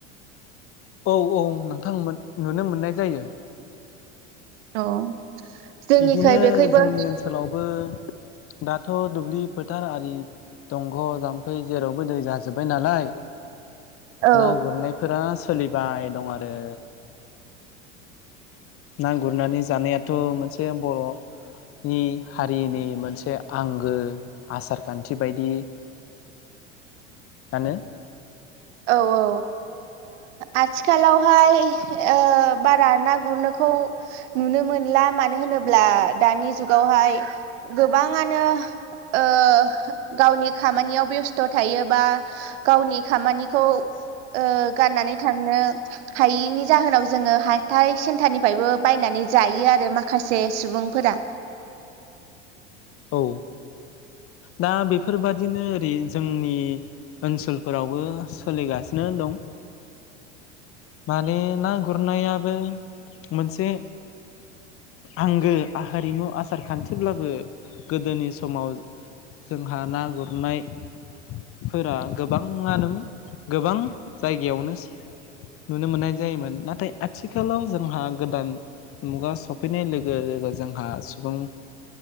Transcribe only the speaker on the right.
औ। जोंनिखै
बेखैबो
औ
औ औ ओ आथिखालावहाय ओ बारा ना गुरनोखौ नुनो मोनला मानो होनोब्ला दानि जुगावहाय गोबाङानो ओ गावनि खामानियाव बेस्थ' थायोबा गावनि खामानि खौ ओ गाननानै थांनो हायैनि जाहोनाव जोङो हाथाय सेन्टारनिफ्रायबो बायनानै जायो आरो माखासे सुबुंफोरा।